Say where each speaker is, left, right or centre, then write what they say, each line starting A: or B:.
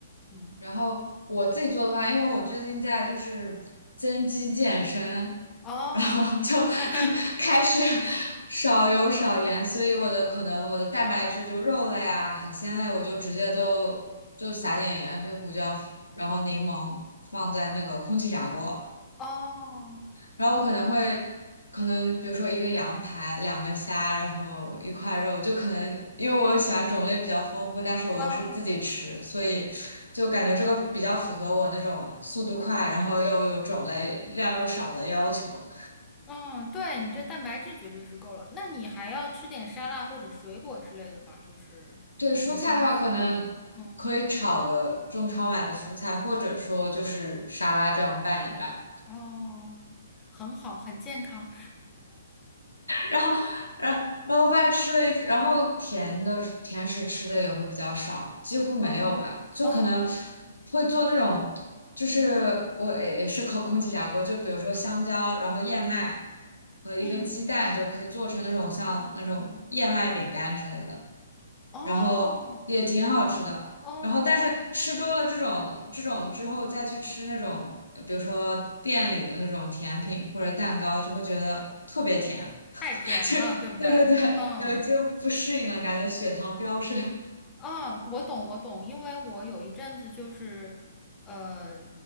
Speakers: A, on the left; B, on the left.
A: 嗯，
B: 然后我自己做的话，因为我最近在就是增肌健身，
A: 哦，
B: 然后就
A: <laughs>
B: <laughs> 开始少油少盐，所以我的可能我的蛋白质就肉类啊、海鲜类，我就直接都就撒点盐、黑胡椒，然后柠檬放在那个空气炸锅。
A: 哦，
B: 然后我可能会，可能比如说一个羊排，两个虾，然后一块肉，就可能因为我喜欢种类比较丰富，但是我又是自己吃，
A: 哦，
B: 所以就感觉这个比较符合我那种速度快，然后又有种类量又少的要求。
A: 嗯，对，你这蛋白质绝对是够了，那你还要吃点沙拉或者水果之类的嘛，就是维生素，
B: 对蔬菜的话，可能可以炒个中超买的蔬菜，
A: 嗯，
B: 或者说就是沙拉这样拌一拌。
A: 哦，很好，很健康，
B: 然后，然后然后发现吃了一，然后甜的甜食吃的也会比较少，几乎没有吧，
A: <laughs> 嗯嗯
B: 就可能会做那种，就是我也也是靠空气炸锅，就比如说香蕉，然后燕麦和一个鸡蛋就可以做成那种像那种燕麦饼干之类的，
A: 嗯。哦，
B: 然后也挺好吃的。
A: 哦，哦，
B: 然后，但是吃多了这种这种之后，再去吃那种，比如说店里的那种甜品或者蛋糕，就会觉得特别甜。
A: 太甜了，对不对？
B: <laughs> 对对对，
A: 嗯，
B: 有就不适应了，感觉血糖飙升。<laughs>
A: 哦，我懂，我懂，因为我有一阵子就是，呃，